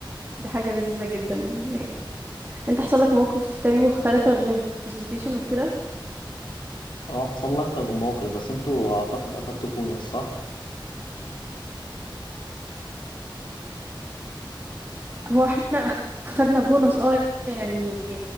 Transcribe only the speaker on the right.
دي حاجة لذيذة جدا <laughs> انت حصل لك موقف تاني مختلفة غير presentation وكده
هو احنا خدنا بونص اه يعني